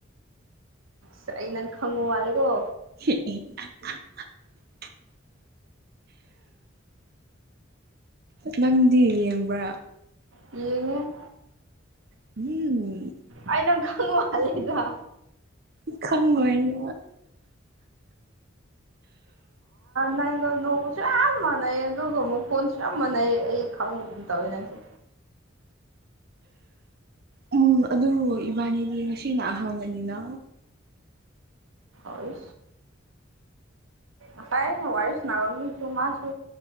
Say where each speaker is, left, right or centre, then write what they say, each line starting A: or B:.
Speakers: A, on the right (about 80°); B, on the right (about 50°).
A: ꯁ ꯅꯪ ꯈꯪꯉꯣ ꯃꯥꯂꯒꯣ
B: <inaudible> ꯅꯪꯗꯤ ꯌꯦꯡꯕ꯭ꯔꯥ
A: ꯌꯦꯡꯉꯦ
B: ꯑ
A: ꯑꯩꯅꯪ ꯈꯪ ꯃꯥꯜꯂꯦꯗ
B: ꯏ ꯈꯪꯑꯣꯏꯅ
A: ꯅꯪꯅ ꯅꯣꯛꯕꯁꯨ ꯌꯥꯝ ꯃꯥꯟꯅꯩ ꯑꯗꯨꯒ ꯑꯃꯨꯛ ꯀꯣꯟꯁꯨ ꯌꯥꯝ ꯃꯥꯟꯅꯩ ꯑꯩ ꯈꯥꯎꯒꯨꯝ ꯇꯧꯋꯦ ꯅꯪꯁꯦ
B: ꯎꯝ ꯑꯗꯨ ꯏꯕꯥꯅꯤꯗꯤ ꯉꯁꯤꯅ ꯑꯍꯥꯟꯕꯅꯤꯅ
A: ꯎ ꯑꯁꯥꯏ ꯑꯩꯅ ꯋꯥꯔꯤ ꯁꯥꯟꯅꯕ ꯃꯤꯁꯨ ꯃꯥꯁꯨ